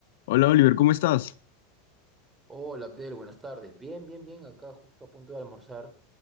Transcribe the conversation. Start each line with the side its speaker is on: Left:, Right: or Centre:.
Left: Hola Oliver, ¿cómo estás?
Right: Hola Abdel, buenas tardes. Bien, bien, bien. Acá justo a punto de almorzar